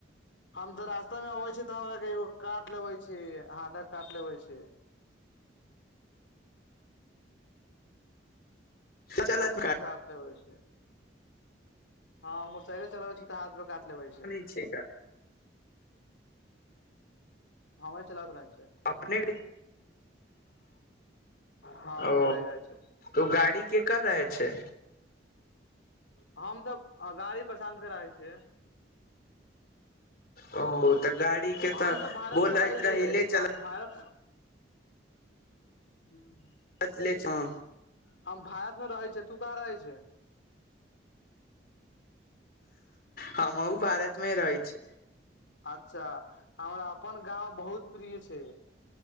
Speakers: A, on the left; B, on the left.
A: हम रास्ता में अवे छी त हमरा के एगो काट लेबे छी हाडक काट लेबे छी।
B: चलत
A: कष् काट लेबे छी? हाँ मोटरसाइकिले चलाबै छी तऽ हाथ में काथ लेबे छी।
B: ठीक हे।
A: हवा चलत रहै छै।
B: अपने
A: हँ
B: ओ।
A: हमरो गाड़ी रहै छै
B: ओ गाड़ी केकर अछि?
A: हम तऽ गाड़ी पसन्द कराय छियै।
B: ओ तऽ गाड़ी के
A: हम
B: तऽ
A: सब भारत
B: बोलैत
A: मे रहै
B: रही
A: छियै,
B: ले चल
A: हम भारत। <unintelligible>
B: पचले छह।
A: हम भारत में रहै छे तु काहाँ रहै छे।
B: हमहु भारतमे रहै छि।
A: अच्छा हमरा अपन गाँंव बहुत प्रिय छै।